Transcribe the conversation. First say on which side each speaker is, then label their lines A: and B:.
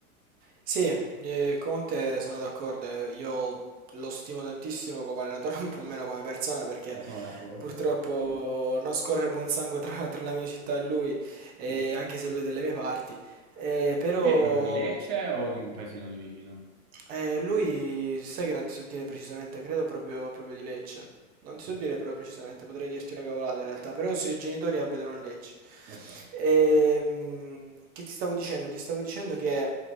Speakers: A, on the right (about 25°); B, on the right (about 50°).
A: Sì, eh, Conte sono d'accordo, eh, io lo stimo tantissimo come allenatore, <laughs> un po' meno come persona perché
B: Ma Sono d'accordo.
A: purtroppo non scorre buon sangue tra, tra la mia città e lui, eh,
B: Sì.
A: anche se lui è delle mie parti, Eh, però
B: Lui è proprio di Lecce o di un paesino lì vicino?
A: eh, lui, sai che non ti so dire precisamente, credo proprio, proprio di Lecce. Non ti
B: Sì.
A: so dire però precisamente, potrei dirti una cavolata in realtà, però i suoi genitori abitano a Lecce.
B: Ok.
A: Ehm, che ti stavo dicendo? Ti stavo dicendo che